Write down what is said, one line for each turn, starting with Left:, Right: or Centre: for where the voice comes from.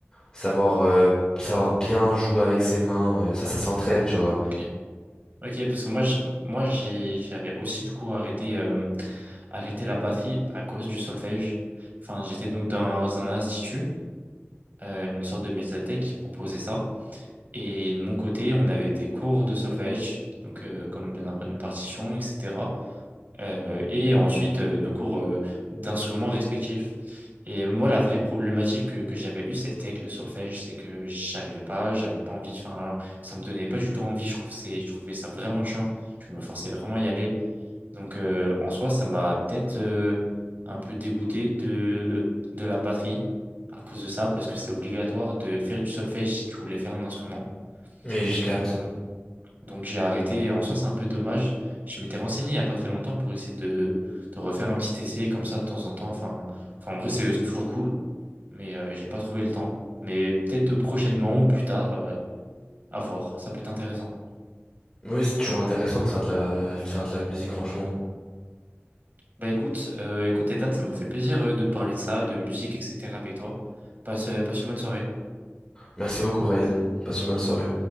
Left: savoir euh, savoir bien jouer avec ses mains. euh, ça, ça s'entraîne, tu vois.
Right: Ok. Ok, parce que moi, je- moi, j'ai, j'avais aussi du coup arrêté, euh, arrêté la batterie à cause du solfège. Enfin, j'étais donc dans un institut, euh, une sorte de médiathèque qui proposait ça. Et de mon côté, on avait des cours de solfège, donc euh, comme bien apprendre une partition, etc. Euh, et ensuite, euh, nos cours euh, d'instruments respectifs. Et moi, la vraie problématique que, que j'avais eue, ça a été avec le solfège, c'est que j'arrivais pas, j'avais pas envie, enfin, ça me donnait pas du tout envie, je trouve c'est, je trouvais ça vraiment chiant, je me forçais vraiment à y aller. Donc, euh, en soi, ça m'a peut-être euh, un peu dégoûté de, de la batterie à cause de ça, parce que c'est obligatoire de faire du solfège si tu voulais faire un instrument.
Left: Mais je capte.
Right: Donc bon, donc j'ai arrêté. Et En soi, c'est un peu dommage. Je m'étais renseigné il n'y a pas très longtemps pour essayer de, de refaire un petit essai comme ça de temps en temps. Enfin, enfin en vrai, c'est c'est toujours cool. Mais euh, j'ai pas trouvé le temps. Mais peut-être prochainement ou plus tard, euh, à voir. Ça peut être intéressant.
Left: Oui, c'est toujours intéressant de faire de la
Right: Hmm.
Left: de faire de la musique, franchement.
Right: Bah écoute, euh, écoute, Ethan, ça m'a fait plaisir euh, de parler de ça, de musique, etc. avec toi. Passe, euh, passe une bonne soirée.
Left: Merci beaucoup, Ryan. Passe une bonne soirée.